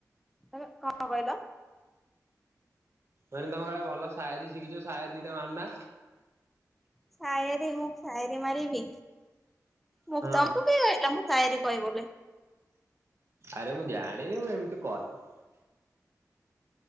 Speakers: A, in the centre; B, on the right (about 40°).
A: କ କଣ କହିଲ?
B: ତମ କଣ ଭଲ ସାଇରୀ ଶିଖିଛ ସାଇରୀ ଦିଟେ ମାରାନା
A: ଶାୟରି ମୁଁକ ଶାୟରି ମାରି ବିି ମୁଁ
B: ହଁ
A: ତମ ତୁ କିିଲ ମୁଁ ସାଏରି କହିବୋ
B: ଆରେ ମୁଁ ଜାଣିନି ମୁ ଏମିତି କର